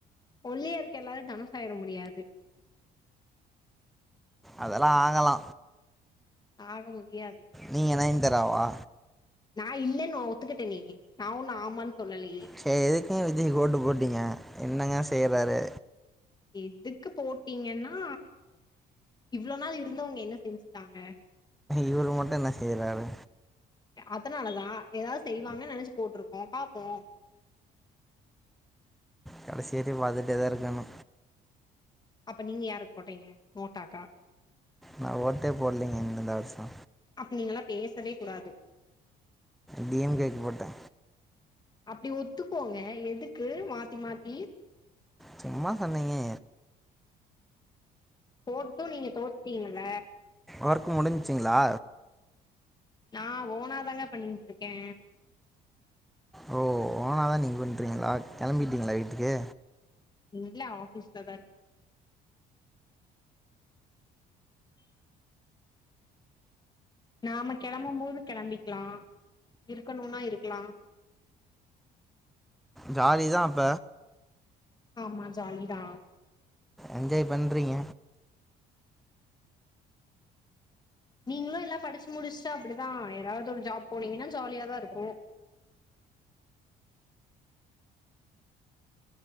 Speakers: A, on the left; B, in the centre.
A: ஒல்லியா இருக்க எல்லாரு தனுஷ் ஆயிர முடியாது
B: அதெல்லா ஆகலா
A: ஆக முடியாது
B: நீங்க நய்ந்தாராவா
A: நா இல்லேன் ஒத்துக்கிட்டேனே நா ஒன்னு ஆமான் சொல்லலேயே
B: சே எதுக்குங்க விஜய்க்கு ஓட்டு போட்டீங்க என்னங்க செய்றாரு
A: எதுக்கு போட்டீங்கன்னா இவ்ளோ நாள் இருந்தவுங்க என்ன செஞ்சுட்டாங்க
B: இவரு மட்டு என்ன செய்றாரு
A: அதனாலதா எதாவ்து செய்வாங்கனு நெனைச்சு போட்ருக்கோ பாப்போ
B: கடைசி வரையு பாத்துட்டே தா இருக்கணு
A: அப்ப நீங்க யாருக்கு போட்டிங்க நோட்டாக்கா
B: நான் ஓட்டே போடீலீங்க இந்தன வருஷோ
A: அப்ப நீங்கல்லா பேசவே கூடாது
B: டி எம் கே கு போட்டே
A: அப்டி ஒத்துக்கோங்க எதுக்கு மாத்தி மாத்தி
B: சும்மா சொன்னேங்கே
A: போட்டு நீங்க தோத்டீங்கல
B: ஒர்க் முடிஞ்ச்சிங்களா
A: நா ஓனா தாங்க பண்ணின்ட்ருக்கே
B: ஓ ஓனாதா நீங்க பண்றீங்ளா கெளம்பிட்டீங்களா வீட்டுக்கு
A: இல்ல ஆஃபீஸ்ல தா இருக்கே நாம கெளம்பும் போது கெளம்பிக்லா இருக்கணுனா இருக்லா
B: ஜாலி தா அப்ப
A: ஆமா ஜாலிதா
B: என்ஜாய் பண்றீங்க
A: நீங்களு எல்லா படிச்சு முடிச்ட்டா அப்டி தா ஏதாவ்து ஒரு ஜாப் போனீங்கனா ஜாலியா தா இருக்கூ